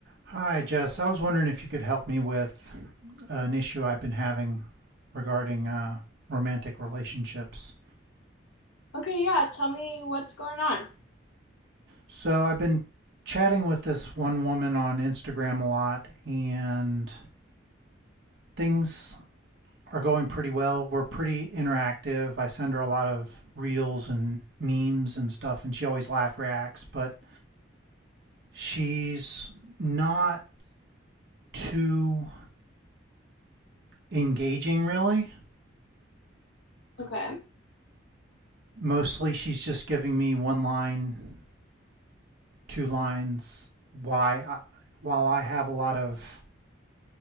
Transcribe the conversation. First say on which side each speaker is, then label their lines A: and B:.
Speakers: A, on the right; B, on the left.
A: Hi, Jess. I was wondering if you could help me with uh, an issue I've been having regarding uh, romantic relationships.
B: Okay, yeah, tell me what's going on.
A: So, I've been chatting with this one woman on Instagram a lot, and things are going pretty well. We're pretty interactive. I send her a lot of reels and memes and stuff, and she always laugh reacts, but she's not too engaging, really.
B: Okay.
A: Mostly, she's just giving me one line two lines why I, while I have a lot of